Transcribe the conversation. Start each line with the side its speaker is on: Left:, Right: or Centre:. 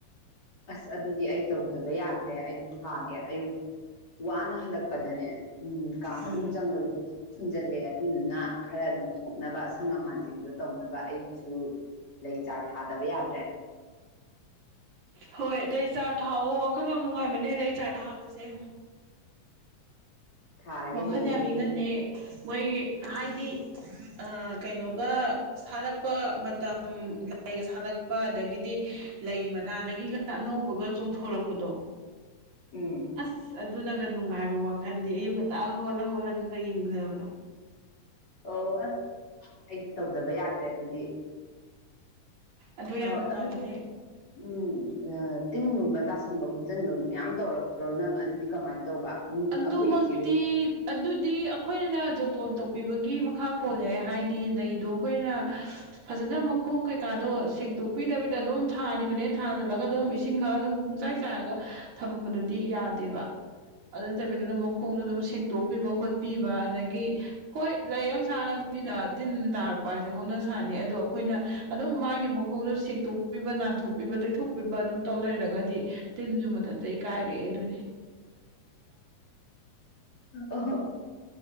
Left: ꯑꯁ ꯑꯗꯨꯗꯤ ꯑꯩ ꯇꯧꯗꯕ ꯌꯥꯗ꯭ꯔꯦ ꯑꯩꯁꯨ ꯊꯥꯒꯦ ꯑꯌꯨꯛ ꯋꯥꯅ ꯍꯜꯂꯛꯄꯗꯅꯦ ꯎꯝ ꯀꯥ ꯃꯅꯨꯡ
Right: ꯎꯝ
Left: ꯆꯪꯕ ꯁꯨꯟꯖꯜꯂꯦ ꯑꯗꯨꯗꯨꯅ ꯈꯔ ꯅꯧꯊꯣꯛꯅꯕ ꯑꯁꯪ ꯑꯃꯥꯟꯁꯤꯡꯗꯣ ꯇꯧꯅꯕ ꯑꯩꯒꯤꯁꯨ ꯂꯩ ꯆꯥꯔ ꯊꯥꯗꯕ ꯌꯥꯗ꯭ꯔꯦ
Right: ꯍꯣꯏ ꯂꯩ ꯆꯥꯔ ꯊꯥꯛꯑꯣ ꯋꯥꯈꯜ ꯌꯥꯝ ꯅꯨꯡꯉꯥꯏꯕꯅꯦ ꯂꯩ ꯆꯥꯔ ꯊ ꯊꯥꯕꯁꯦ
Left: ꯊꯥꯔꯒꯦ
Right: ꯋꯥꯈꯜ
Left: ꯍꯌꯦꯡꯗꯒꯤ
Right: ꯌꯥꯝꯃꯤ ꯉꯜꯅꯦ ꯃꯣꯏ ꯍꯥꯏꯗꯤ ꯀꯩꯅꯣꯒ ꯁꯥꯠꯂꯛꯄ ꯃꯇꯝ ꯂꯥꯏꯒ ꯁꯥꯠꯂꯛ ꯛꯄ ꯑꯗꯒꯤꯗꯤ ꯂꯩ ꯃꯅꯥꯗꯒꯤꯒ ꯑꯅꯧꯕꯒ ꯆꯣꯡꯊꯣꯔꯛꯄꯗꯣ
Left: ꯎꯝ
Right: ꯑꯁ ꯑꯗꯨꯅꯒ ꯅꯨꯡꯉꯥꯏꯕ ꯋꯥꯈꯜꯗꯤ ꯑꯌꯨꯛ ꯉ ꯑꯥꯒ ꯍꯒꯂ ꯍꯧꯒꯂꯒꯦꯒ ꯌꯦꯡꯖꯕꯗ
Left: ꯑꯣ ꯑꯁ ꯑꯩꯗꯤ ꯇꯧꯗꯕ ꯌꯥꯗ꯭ꯔꯦ ꯑꯗꯨꯗꯤ
Right: ꯑꯗꯨ
Left: ꯑꯧ
Right: ꯌꯥꯝ ꯅꯨꯡꯉꯥꯏꯕꯅꯦ
Left: ꯑꯗꯨꯗꯤ ꯎꯝ ꯇꯤꯟꯒꯨꯝꯕ ꯇꯥꯁꯟꯕ ꯈꯣꯠꯆꯟꯕ ꯃꯌꯥꯝ ꯇꯧꯔꯛꯇ꯭ꯔꯣ ꯅꯪ ꯑꯗꯨꯗꯤ ꯀꯃꯥꯏꯅ ꯇꯧꯕ ꯎꯝ
Right: ꯑꯗꯨꯃꯛꯇꯤ
Left: ꯑꯩꯈꯣꯏ ꯏꯆꯦ
Right: ꯑꯗꯨꯗꯤ ꯑꯩꯈꯣꯏꯅ ꯖꯣꯇꯣꯟ ꯇꯧꯕꯤꯕꯒꯤ ꯃꯈꯥ ꯄꯣꯜꯂꯦ ꯍꯥꯏꯗꯤ ꯂꯩꯗꯣ ꯑꯩꯈꯣꯏꯅ ꯐꯖꯅ ꯈꯣꯡ ꯀꯩꯀꯥꯗꯣ ꯁꯦꯡꯇꯣꯛꯄꯤꯗꯕꯤꯗ ꯑꯗꯨꯝ ꯊꯥꯅꯤꯕꯅꯦ ꯊꯥꯖꯤꯜꯂꯒ ꯑꯗꯨꯝ ꯏꯁꯤꯡ ꯈꯔ ꯑꯗꯨꯝ ꯄꯨꯡꯆꯥꯏ ꯆꯥꯏꯔꯒ ꯊꯝꯕꯗꯗꯤ ꯌꯥꯗꯦꯕ ꯑꯗꯨ ꯅꯠꯇꯕꯤꯗ ꯑꯗꯨꯝ ꯃꯈꯣꯡꯗꯣ ꯑꯗꯨꯝ ꯁꯦꯡꯇꯣꯛꯄꯤꯕ ꯈꯣꯠꯄꯤꯕ ꯑꯗꯒꯤ ꯍꯣꯏ ꯂꯩ ꯑꯃ ꯁꯥꯍꯜꯂꯝ ꯇꯤꯟ ꯇꯥꯔꯛꯄ ꯍꯥꯏꯁꯦ ꯍꯧꯅ ꯁꯥꯟꯅꯤ ꯑꯗꯣ ꯑꯩꯈꯣꯏꯅ ꯑꯗꯨꯝ ꯃꯥꯒꯤ ꯃꯈꯣꯡꯗꯣ ꯁꯦꯡꯛꯇꯣꯛꯄꯤꯕ ꯅꯥꯟꯊꯣꯛ ꯣꯛꯄꯤꯕ ꯇꯩꯊꯣꯛꯄꯤꯕ ꯑꯗꯨꯝ ꯇꯧ ꯂꯩꯔꯒꯗꯤ ꯇꯤꯟꯁꯨ ꯃꯊꯟ ꯑꯩ ꯀꯥꯏꯔꯛꯑꯦ ꯑꯗꯨ
Left: ꯑꯣ